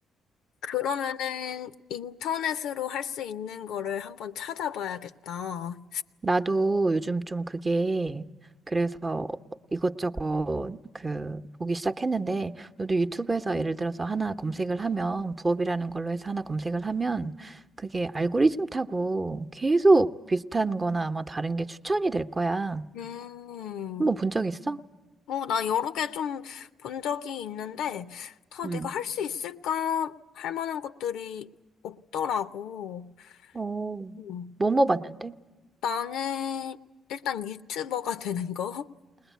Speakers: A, on the left (about 80°); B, on the right (about 25°).
A: 그러면은 인터넷으로 할 수 있는 거를 한번 찾아봐야겠다.
B: 나도 요즘 좀 그게, 그래서 이것저것 그, 보기 시작했는데, 너도 유튜브에서 예를 들어서 하나 검색을 하면, 부업이라는 걸로 해서 하나 검색을 하면, 그게 알고리즘 타고 계속 비슷한 거나 아마 다른 게 추천이 될 거야.
A: 음.
B: 한번 본 적 있어?
A: 어, 나 여러 개 좀 본 적이 있는데, 다
B: 응.
A: 내가 할 수 있을까? 할 만한 것들이 없더라고.
B: 오,
A: 음.
B: 뭐뭐 봤는데?
A: 나는 일단 유튜버가 <laughs> 되는 거.